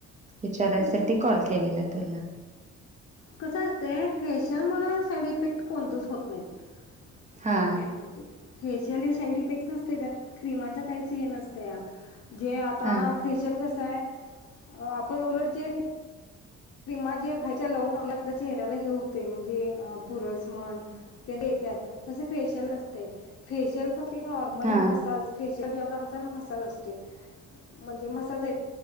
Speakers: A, on the right (about 25°); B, on the left (about 50°).
A: विचारायसाठी
B: काय त्यासाठी
A: कॉल केलेला तुला.
B: कसं असतय फेशियल मुळ साईड इफेक्ट कोणतच होत नाहीत
A: हा
B: मेन म्हणजे फेशियल हे साईड इफेक्ट नसते त्यात क्रीमांच काहीच हे नसत जे आता
A: हा
B: फेशियल कसय आपण उलटत जे क्रिमा जे बाहेरच्या लावून आपल्या चेहऱ्याला हे हूतय म्हणजे पुरस म्हण ते देत्यात तस फेशियल नसते फेशियल फक्त ते एक नॉर्मली
A: हा
B: मसाज फेशियल जॉब आमचा ना मसाज असतोय म्हणजे